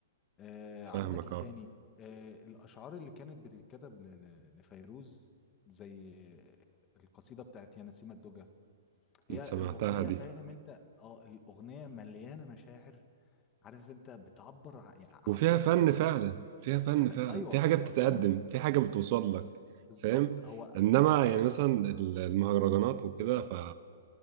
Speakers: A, on the left; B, on the right.
A: آه
B: فاهمك
A: عندك ايه
B: أه
A: تاني آه الاشعار اللي كانت بتتكتب ل- ل- لفيروز زي القصيده بتاعت يا نسيم الدجى هي
B: أنت سمعتها
A: الاغنيه
B: دي
A: فاهم انت اه الاغنيه مليانه مشاعر عارف انت بتعبر ع- يعني حرفيا
B: وفيها فن
A: فيروز
B: فعلا فيها فن
A: لا
B: فعلا
A: <laughs> ايوه
B: في حاجة
A: في
B: بتتقدم
A: فن
B: في حاجة بتوصل
A: في-
B: لك
A: بالظبط
B: فاهم
A: هو
B: إنما
A: ايوه
B: يعني مثلا ال- المهرجانات وكده ف